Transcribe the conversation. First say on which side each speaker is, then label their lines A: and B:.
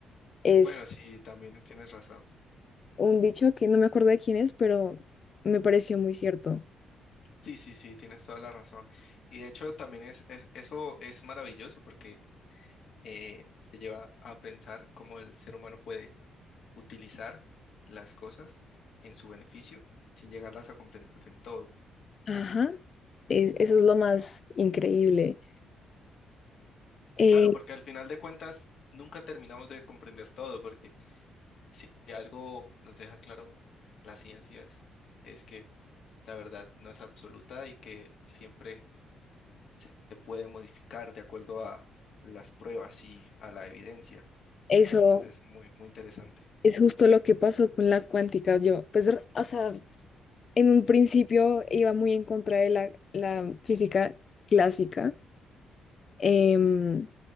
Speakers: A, on the left; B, on the left.
A: Es
B: bueno, sí, también tienes razón.
A: un dicho que no me acuerdo de quién es, pero me pareció muy cierto.
B: Sí, sí, sí, tienes toda la razón. Y de hecho, también es, es- eso es maravilloso porque eh, te lleva a pensar cómo el ser humano puede utilizar las cosas en su beneficio sin llegarlas a comprender del todo.
A: Ajá, es- eso es lo más increíble. Eh,
B: Claro, porque al final de cuentas nunca terminamos de comprender todo, porque si algo nos deja claro las ciencias es que la verdad no es absoluta y que siempre se puede modificar de acuerdo a las pruebas y a la evidencia.
A: eso
B: Entonces es muy, muy interesante.
A: Es justo lo que pasó con la cuántica. Yo, pues, r- o sea, en un principio iba muy en contra de la, la física clásica, em,